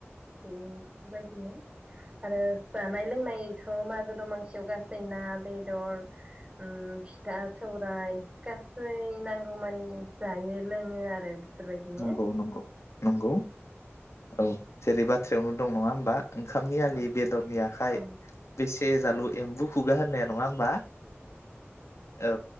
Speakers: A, on the right; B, on the left.
A: बियो बेफोरबायदिनो आरो जानाय लोंनायथ मागो दमांसियाव गासै ना बेदर अम फि था सौराय गासै नांगौमानि जायो लोङो आरो फोर बायदिनो
B: नंगौ नंगौ नंगौ औ जेरै बाथ्रायावनो दं नङा होमबा? ओंखामनि आलि
A: औ
B: बेदरनि आखाइ
A: औ
B: बेसे जालु एम्बु खुगा होननाया नङा होमबा औ